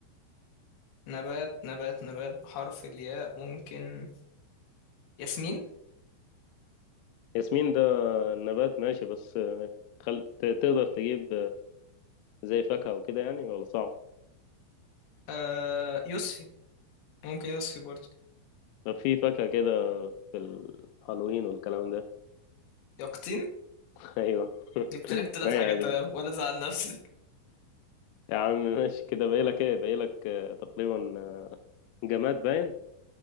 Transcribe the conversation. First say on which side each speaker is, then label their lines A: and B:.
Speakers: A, on the left (about 65°); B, on the left (about 85°).
A: نبات نبات نبات بحرف الياء ممكن ياسمين
B: ياسمين ده نبات ماشي بس خل... ت- تقدر تجيب زي فاكهة وكده يعني ولا صعب
A: آه يوسفي ممكن يوسفي برضه
B: طب في فاكهة كده في الهالوين والكلام ده
A: يقطين
B: <laughs> ايوه
A: جبت لك ثلاث
B: رايقة
A: حاجات
B: دي
A: تمام ولا تزعل نفسك
B: يا عم ماشي كده باقيلك ايه باقيلك آه، تقريبا آه، جماد باين